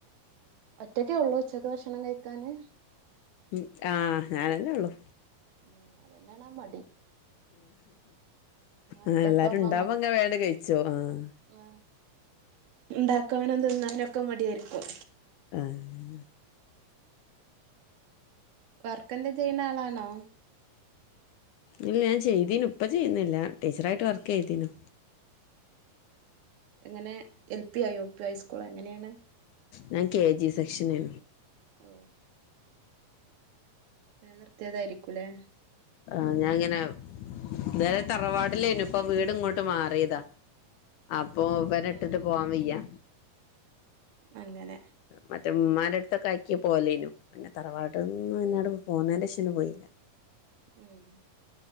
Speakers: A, on the right; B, on the left.
A: ഒറ്റക്കെ ഉള്ളൂ ഉച്ചക്ക് ഭക്ഷണം കഴിക്കാന്
B: ഉം ആഹ് ഞാനല്ലേ ഉള്ളു
A: ഉം അതന്നെയാണ് മടി ഒറ്റക്കാവുമ്പോ
B: ആ എല്ലാരും ഇണ്ടാവങ്കി വേണ്ട കഴിച്ചോ ആഹ്
A: ആ ഇണ്ടാക്കാനും തിന്നാനൊക്കെ മടിയാരിക്കും
B: ആഹ്
A: വർക്ക് എന്തെ ചെയ്യുന്ന ആളാണോ
B: ഇല്ല ഞാൻ ചെയ്തീനു ഇപ്പം ചെയ്യുന്നില്ല ടീച്ചറായിട്ട് വർക്ക് ചെയ്തീനു
A: എങ്ങനെ എൽ പി ആയി യു പി ഹൈസ്കൂൾ എങ്ങനെയാണ്
B: ഞാൻ കെ ജി സെക്ഷനാ
A: ഓഹ് പിന്നെ നിർത്തിയതായിരിക്കൂല്ലേ.
B: ആഹ് ഞാൻ ഇങ്ങനെ ഇതുവരെ തറവാടില്ലേനു ഇപ്പ വീട് ഇങ്ങോട്ട് മാറിയതാ. അപ്പൊ ഇവരെ ഇട്ടിട്ട്
A: ആഹ്
B: പോവാൻ വയ്യ
A: അങ്ങനെ
B: മറ്റേ ഉമ്മാൻ്റെ അടുത്ത് ആക്കി പോലേനു പിന്നെ തറവാട്ട്ന്ന് ഇങ്ങട് പോന്നേൻ്റേഷം പോയില്ല.
A: ഉം